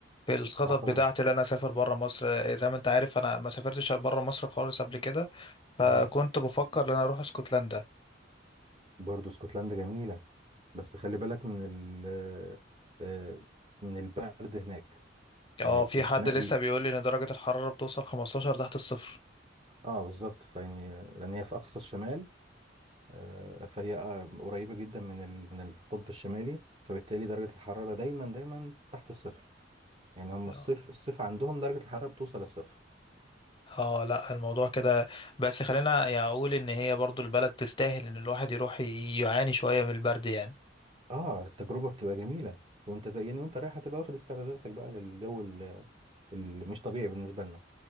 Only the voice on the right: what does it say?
اه طبعا
اه
برضو اسكتلندا جميلة بس خلي بالك من ال آه، آه، من البرد هناك
يعني تتنقي
اه بالظبط فيعني لأن هي في أقصى الشمال آه، فهي آه، قريبة جدا من ال... من القطب الشمالي فبالتالي درجة الحرارة دايما دايما تحت الصفر يعني هم
الصيف الصيف عندهم درجة الحرارة بتوصل للصفر
اه التجربة بتبقى جميلة وانت زي- يعني وانت رايح هتبقى واخد استعداداتك بقى للجو اللي مش طبيعي بالنسبة لنا